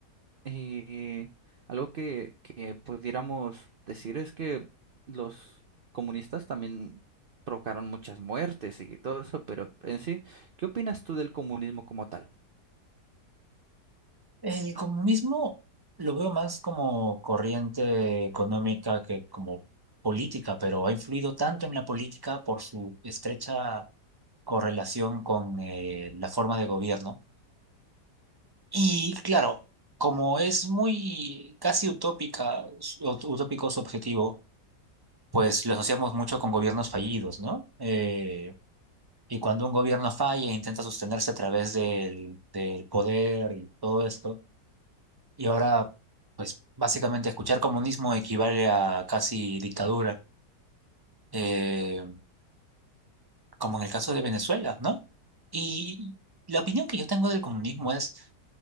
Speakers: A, on the right; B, on the right.
A: eh, algo que, que pudiéramos decir es que los comunistas también provocaron muchas muertes y todo eso, pero en sí, ¿qué opinas tú del comunismo como tal?
B: El comunismo lo veo más como corriente económica que como política, pero ha influido tanto en la política por su estrecha correlación con eh, la forma de gobierno. Y claro, como es muy casi utópica, su- utópico su objetivo, pues lo asociamos mucho con gobiernos fallidos, ¿no? Eh, y cuando un gobierno falla, e intenta sostenerse a través del, del poder y todo esto. Y ahora, pues básicamente escuchar comunismo equivale a casi dictadura, eh, como en el caso de Venezuela, ¿no? Y la opinión que yo tengo del comunismo es...